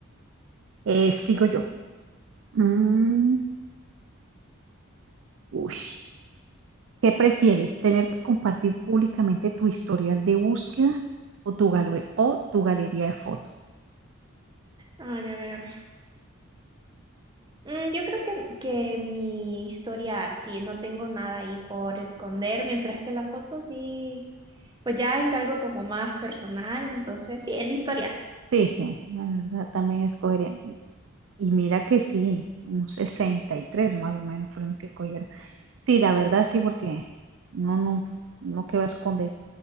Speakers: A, on the right; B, on the right.
A: Eh, sigo yo. Mm, uy. ¿Qué prefieres? ¿Tener que compartir públicamente tu historial de búsqueda o tu, galo- o tu galería de fotos?
B: Ay, a ver. Mm, yo creo que, que mi historial, sí, no tengo nada ahí por esconder, mientras que la foto sí, pues ya es algo como más personal, entonces sí, el historial.
A: Sí, sí, la verdad también escogería. Y mira que sí, un 63 más o menos fueron los que cogieron. Sí, la verdad sí, porque uno no, uno que va a esconder,